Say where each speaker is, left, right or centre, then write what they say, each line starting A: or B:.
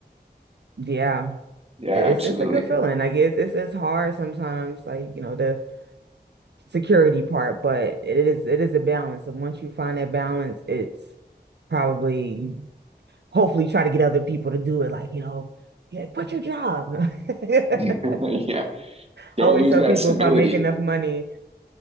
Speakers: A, on the right; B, on the right.
A: yeah.
B: Yeah,
A: It's
B: absolutely.
A: it's a good feeling. Like it's it's it's hard sometimes, like, you know, the security part, but it is it is a balance. And once you find that balance, it's probably hopefully try to get other people to do it. Like, you know, yeah, quit your job. <laughs> I
B: <laughs> Yeah. Don't
A: always
B: lose
A: tell
B: that
A: people
B: stability.
A: if I make enough money,